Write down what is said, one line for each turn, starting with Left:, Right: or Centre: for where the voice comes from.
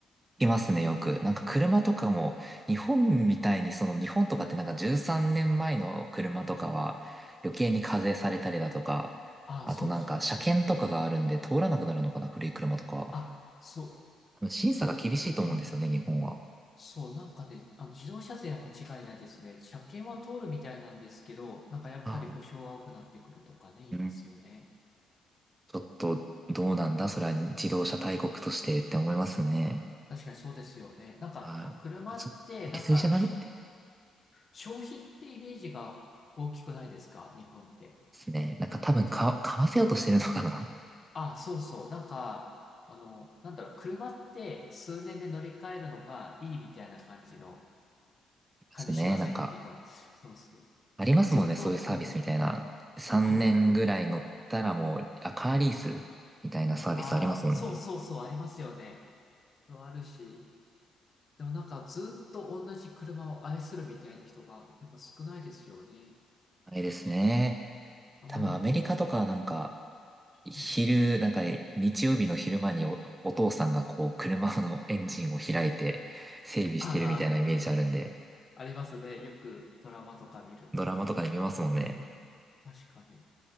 Right: いますね、よく。なんか車とかも、
Left: うん。
Right: 日本みたいに、その日本とかってなんか13年前の車とかは、余計に課税されたりだとか、
Left: ああ、
Right: あとなんか車検とかがあるんで通らなくなるのかな、
Left: そうそうそう。
Right: 古い車とかは。
Left: あ、そう、
Right: あの審査が厳しいと思うんですよね、
Left: と、うん。
Right: 日本は。
Left: そう、なんかね、あの、自動車税は間違いないですね。車検は通るみたいなんですけど、なんかやっぱり故障が多くなってくるとかね、
Right: ああ、
Left: 言いますよね。
Right: うん。ちょっと、どうなんだそれは自動車大国としてって思いますね。
Left: 確かにそうですよね。なんか、
Right: はい。
Left: 車って、
Right: なんかちょっと、行き過ぎじゃないって思い
Left: なんかし、消費ってイメージが大きくないですか日本って。
Right: ますね。なんか多分か、
Left: そう、
Right: 買わせようとしてるのかな
Left: あ、そうそう。なんか、あの、なんだろう、車って数年で乗り換えるのがいいみたいな感じの、
Right: ですね。
Left: 感じしません日本。
Right: なんか、
Left: そうそう。
Right: ありますもんね、
Left: ずっと、
Right: そういうサービスみたいな。
Left: うん、
Right: 3年ぐらい乗ったらもう、
Left: あるある。
Right: あ、カーリースみたいなサービスありますもんね。
Left: ああ、そうそうそう、ありますよね。そうあるし。でもなんか、ずっと同じ車を愛するみたいな人が、やっぱ少ないですよね。
Right: あれですね。
Left: あまりこ
Right: 多分アメリカとかなんか、昼、
Left: う、
Right: なんかね日曜日の昼間にお、お父さんがこう車のエンジンを開いて整備してるみたいなイメージあるんで、
Left: ああ、ありますね。よくドラマとか見ると。
Right: ドラマとかで見ますもんね。
Left: うん、確かに。